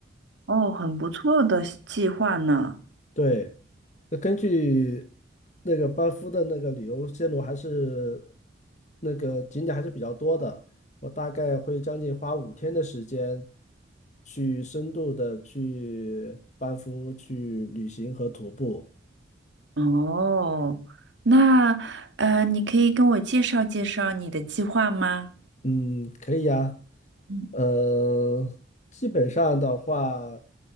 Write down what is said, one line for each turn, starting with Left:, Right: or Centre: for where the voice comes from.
Right: 哦，很不错的计划呢。
Left: 对，那根据那个班夫的那个旅游线路，还是那个景点还是比较多的。我大概会将近花五天的时间，去深度的去班夫去旅行和徒步。
Right: 哦，那呃，你可以跟我介绍介绍你的计划吗？
Left: 嗯，可以呀。
Right: 嗯
Left: 呃，基本上的话，